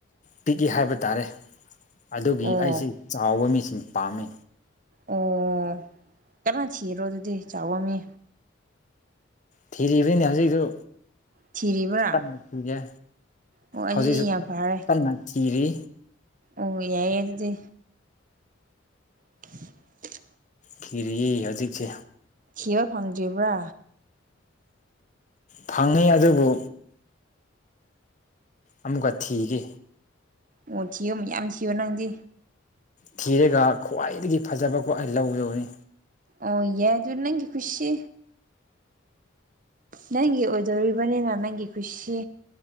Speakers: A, on the left; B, on the right.
A: ꯄꯤꯛꯏ ꯍꯥꯏꯕ ꯇꯥꯔꯦ ꯑꯗꯨꯒꯤ
B: ꯑꯣ
A: ꯑꯩꯁꯤ ꯆꯥꯎꯕ ꯃꯤꯁꯤꯡ ꯄꯥꯝꯃꯤ
B: ꯑꯣ ꯀꯟꯅ ꯊꯤꯔꯣ ꯑꯗꯨꯗꯤ ꯆꯥꯎꯕ ꯃꯤ
A: ꯊꯤꯔꯤꯕꯅꯤꯅꯦ ꯍꯧꯖꯤꯛꯁꯨ
B: ꯊꯤꯔꯤꯕ꯭ꯔꯥ
A: ꯀꯟꯅ ꯊꯤꯒꯦ
B: ꯑꯣ ꯑꯗꯨꯗꯤ
A: ꯍꯧꯖꯤꯛꯁꯨ
B: ꯌꯥꯝ ꯐꯔꯦ
A: ꯀꯟꯅ ꯊꯤꯔꯤ
B: ꯑꯣ ꯌꯥꯏꯌꯦ ꯑꯗꯨꯗꯤ <unintelligible>
A: ꯊꯤꯔꯤꯌꯦ ꯍꯧꯖꯤꯛꯁꯦ
B: ꯊꯤꯕ ꯐꯪꯗ꯭ꯔꯤꯕ꯭ꯔꯥ
A: ꯐꯪꯉꯦ ꯑꯗꯨꯕꯨ ꯑꯃꯨꯛꯀ ꯊꯤꯒꯦ
B: ꯑꯣ ꯊꯤꯌꯨ ꯃꯌꯥꯝ ꯊꯤꯌꯨ ꯅꯪꯗꯤ
A: ꯊꯤꯔꯒ ꯈ꯭ꯋꯥꯏꯗꯒꯤ ꯐꯖꯕꯀꯣ ꯑꯩ ꯂꯧꯌꯣꯍꯦ
B: ꯑꯣ ꯌꯥꯏꯗꯣ ꯅꯪꯒꯤ ꯀꯨꯁꯤ ꯅꯪꯒꯤ ꯑꯣꯏꯗꯣꯔꯤꯕꯅꯤꯅ ꯅꯪꯒꯤ ꯀꯨꯁꯤ